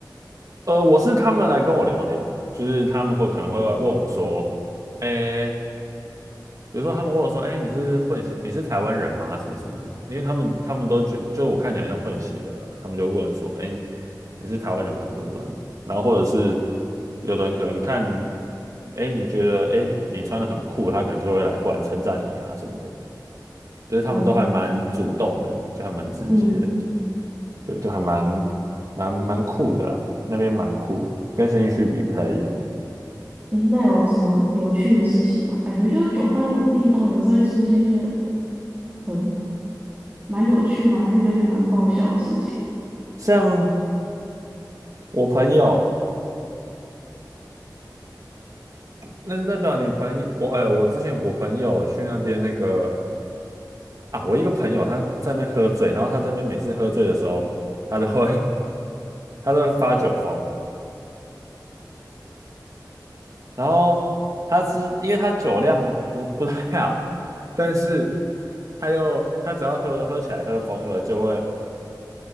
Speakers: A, on the right; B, on the right.
A: 呃，我是他们来跟我聊天，就是他们会可能会问我说，诶。比如说他们问我说：“哎，你是混血，你是台湾人吗？什么什么什么？”因为他们他们都觉就我看起来像混血儿啊，他们就问说：“哎，你是台湾人吗？什么什么的？”然后或者是有的人可能看，哎，你觉得哎你穿的很酷，他可能就会来过来称赞你啊什么的，就是他们都还蛮主动的，
B: 哦，
A: 就还蛮直接的，
B: 嗯，
A: 对，就还蛮蛮蛮酷的啦，那边蛮酷的，跟新一区比不太一样。
B: 诶，那有什么有趣的事情吗？感觉就酒吧那种地方，有时候会出现一些很很蛮有趣吗？还是有点蛮爆笑的事情。
A: 像我朋友，那就代表你朋友，我哎、我之前我朋友去那边那个啊，我一个朋友他在那边喝醉，然后他在那边每次喝醉的时候，他都会 <laughs> 他都会发酒疯，然后他是因为他酒量不不太好，但是他又他只要喝喝起来喝疯了，就会